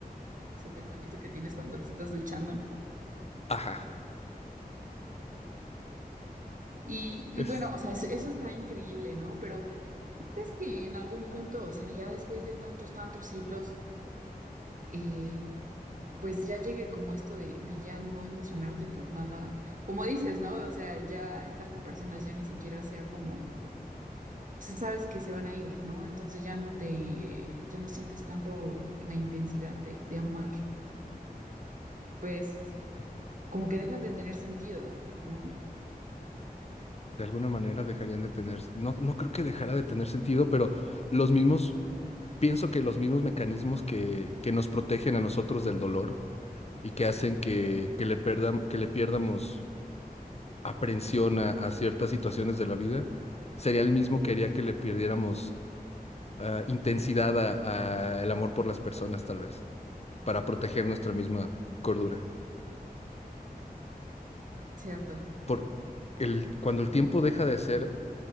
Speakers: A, on the right (about 55°); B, on the left (about 45°).
A: ese pensamiento que tienes cuando te estás duchando.
B: Ajá.
A: Y, y
B: Es,
A: bueno, o sea, es- eso está increíble, ¿no? Pero ¿tú crees que en algún punto, o sea, ya después de tantos, tantos siglos, eh, pues ya llegue como esto de, de ya no emocionarte por nada, como dices, ¿no? O sea, ya estar con personas ya ni siquiera sea como, pues, sabes que se van a ir, ¿no? Entonces ya no te, ya no sientes tanto la intensidad de, de amar, pues
B: digo,
A: como que dejan de tener sentido, ¿no?
B: de alguna manera dejarían de tener, no, no creo que dejara de tener sentido, pero los mismos... Pienso que los mismos mecanismos que, que nos protegen a nosotros del dolor y que hacen que, que le perdam- que le pierdamos aprensión a, a ciertas situaciones de la vida, sería el mismo que haría que le perdiéramos ah, intensidad a, a el amor por las personas, tal vez, para proteger nuestra misma cordura.
A: Cierto,
B: Por el, cuando el tiempo deja de ser